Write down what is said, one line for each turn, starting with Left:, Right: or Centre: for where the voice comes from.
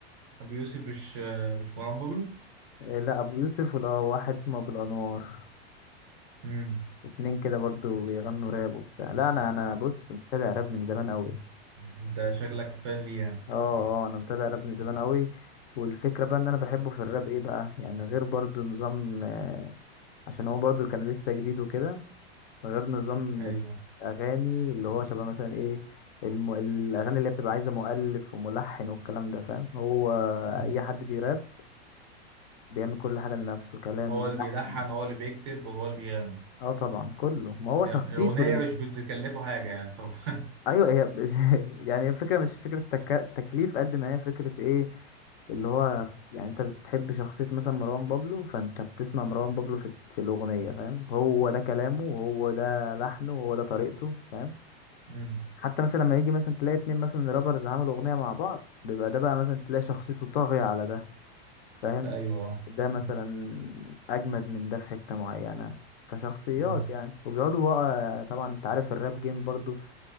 Right: ابو يوسف مش آه، مش مروان بابلو
Left: إيه، لا ابو يوسف ولا واحد اسمه ابو الانوار
Right: امم
Left: اتنين كده برضو بيغنوا راب وبتاع لا انا انا بص متابع راب من زمان قوي
Right: انت شكلك فان ليه يعني
Left: اه اه انا متابع راب من زمان قوي والفكره بقى ان انا بحبه في الراب ايه بقى يعني غير برضو نظام آه، عشان هو برضو كان لسه جديد وكده غير نظام
Right: ايوه
Left: الاغاني اللي هو شبه مثلا ايه الم... الاغاني اللي بتبقى عايزه مؤلف وملحن والكلام ده فاهم هو
Right: مم.
Left: اي حد بيراب بيعمل كل حاجة لنفسه كلام
Right: هو اللي
Left: لحن
Right: بيلحن هو اللي بيكتب وهو اللي بيغني
Left: اه طبعا كله ما هو
Right: يعني
Left: شخصيته
Right: الاغنيه
Left: اللي...
Right: مش بتكلفه حاجه يعني طبعا
Left: ايوه هي <laughs> يعني الفكرة مش فكرة تك... تكليف قد ما هي فكرة ايه اللي هو يعني انت بتحب شخصية مثلا مروان بابلو فانت بتسمع مروان بابلو في, في الأغنية فاهم هو ده كلامه وهو ده لحنه وهو ده طريقته فاهم
Right: <laughs> مم.
Left: حتى مثلا لما يجي مثلا تلاقي اتنين مثلا رابرز عملوا أغنية مع بعض بيبقى ده بقى مثلا تلاقي شخصيته طاغية على ده فاهم
Right: ايوه
Left: ده مثلا
Right: مم.
Left: اجمد من ده في حتة معينة كشخصيات
Right: مم.
Left: يعني وبيقعدوا بقى طبعا انت عارف الراب جيم برضو